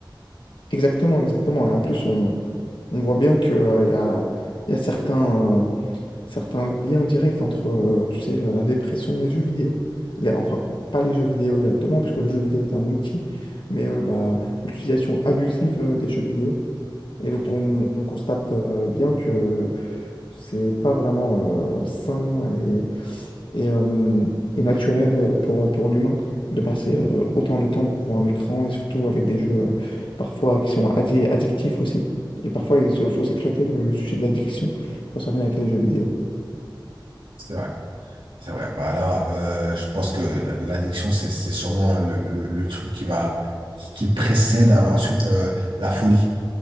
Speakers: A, on the left; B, on the right.
A: Exactement, exactement. Et en plus, on, on voit bien que, euh, y a, y a certains, euh, certains liens directs entre, euh, tu sais, la, la dépression et les jeux vidéo. Les- enfin, pas les jeux vidéo directement, puisque le jeu vidéo est un outil, mais euh, la, l'utilisation abusive euh, des jeux vidéo. Et donc, on, on constate euh, bien que c'est pas vraiment euh, sain et, et, euh, et naturel pour, pour l'humain de passer euh, autant de temps devant un écran et surtout avec des jeux euh, parfois qui sont addi- addictifs aussi. Et parfois, il se- faut aussi traiter le, le sujet de l'addiction quand ça vient avec les jeux vidéo.
B: C'est vrai. C'est vrai. Bah là, euh, je pense que l- l'addiction, c'est c'est sûrement le, le, le truc qui va qui, qui précède euh, ensuite euh, la folie.